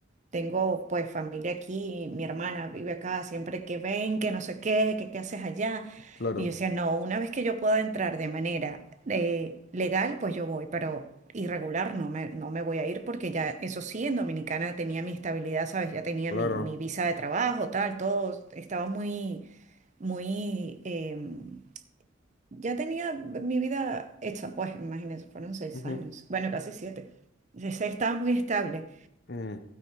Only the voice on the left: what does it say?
claro,
claro.
ujú,
mm.